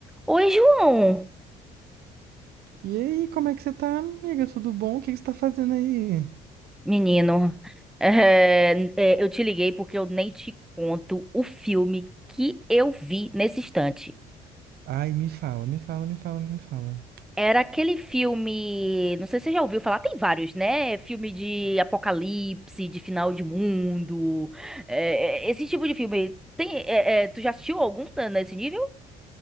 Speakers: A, in the centre; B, on the right (about 65°).
A: Oi, João,
B: E aí, como é que você tá, amiga? Tudo bom? O que que você tá fazendo aí?
A: menino. É, é, eu te liguei porque eu nem te conto o filme que eu vi nesse instante.
B: Ai, me fala, me fala, me fala, me fala.
A: Era aquele filme, não sei se você já ouviu falar, tem vários, né? Filme de apocalipse, de final de mundo, é, é, esse tipo de filme. Tem, é, é, tu já assistiu algum tá, nesse nível?